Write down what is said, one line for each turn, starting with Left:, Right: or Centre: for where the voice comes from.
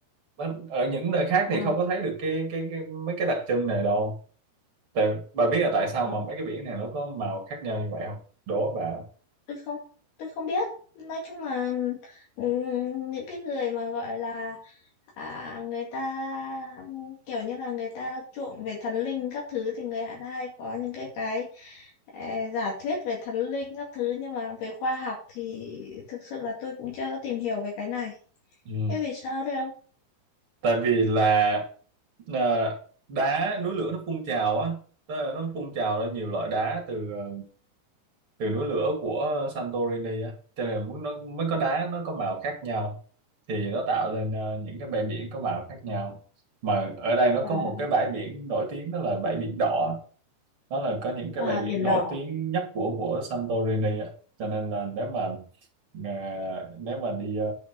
Right: ờ. ở những nơi khác
Left: Ờ,
Right: thì không có thấy được cái cái, cái mấy cái đặc trưng này đâu tại bà biết là tại sao
Left: ờ,
Right: mà mấy cái biển này nó có màu khác nhau như vậy không đố bà
Left: tôi không tôi không biết nói chung là ừ, những cái người mà gọi là à, người ta um, kiểu như là người ta chuộng về thần linh các thứ thì người ta hay có những cái cái eh, giả thuyết về thần linh các thứ nhưng mà về khoa học thì thực sự là tôi cũng chưa có tìm hiểu về cái này.
Right: ừ.
Left: Thế vì sao đấy không?
Right: tại vì là à, đá núi lửa nó phun trào á tức là nó phun trào ra nhiều loại đá từ ờ, từ núi lửa của Santorini á cho nên mới- nó mới có đá nó có màu khác nhau thì nó tạo lên ờ, những cái bãi biển có màu khác nhau mà ở đây nó
Left: À,
Right: có một cái bãi biển nổi tiếng đó là bãi biển đỏ đó là có những cái
Left: À,
Right: bãi biển
Left: biển
Right: nổi
Left: đỏ.
Right: tiếng nhất của của Santorini ạ. cho nên là nếu mà à, nếu mà đi ờ,